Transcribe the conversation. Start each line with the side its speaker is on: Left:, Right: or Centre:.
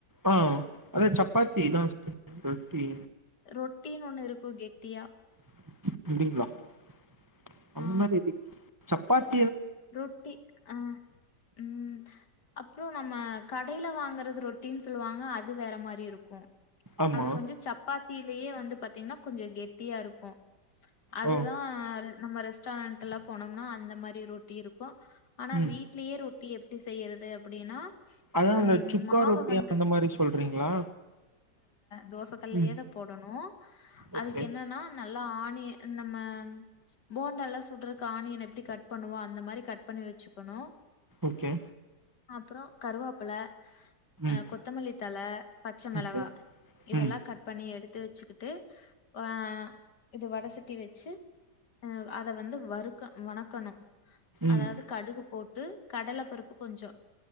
Right: அ அதா சப்பாத்திதா ரொட்டி
Left: ரொட்டீன் ஒண்ணிருக்கு கெட்டியா
Right: <inaudible> <unintelligible>
Left: ஆ
Right: ச்சப்பாத்
Left: ரொட்டி அ ம் அப்றோ நம்ம கடையில வாங்கறது ரொட்டின் சொல்வாங்க அது வேற மாரி இருக்கு
Right: ஆமா
Left: அது கொஞ்ச சப்பாத்திலியே வந் த்து பாத்தீங்ன்னா கொஞ்சோ கெட்டியாருக்கு அதுதா
Right: ஓ
Left: ர் நம்ம ரெஸ்டாரண்டல்லா போனம்னா அந்த மாரி ரொட் டி இருக்கு ஆனா
Right: ம்
Left: வீட்லயே ரொ ட்டி எப்டி செய்யறது அப்டின்னா
Right: அததா
Left: ம்
Right: அந்த சுக்கா
Left: மாவ
Right: ரொட்டி
Left: வந்து
Right: அந்த மாரி சொல்றீங்களா
Left: தோச கல்லயே
Right: ம்
Left: தா போடணு அதுக்கு
Right: ஓகே
Left: என்னன்னா ந ல்ல ஆனியன் இந்த மா ம் போண்டாலா சுடுறக்கு ஆனியன் எப்டி கட் பண்ணுவோ அந்த மா அந் மாரி கட் பண்ணி வெச்சுக்கணு
Right: ஓகே
Left: அப்புறோ கருவா ப்ள
Right: ம்
Left: அஹ் கொத்தமல்லி தழ பச்ச மிளகா
Right: ஓகே
Left: இதெல்லா
Right: ம்
Left: கட் பண்ணி எடுத் எத்து வச்சுக்கிட்டு அஹ் இது வடசட்டி வச்சு ஆ அத வந்து வறுக்க வணக்கணும் அதாவது
Right: ம்
Left: கடுகு போட் டு கடல பருப்பு கொஞ்சம்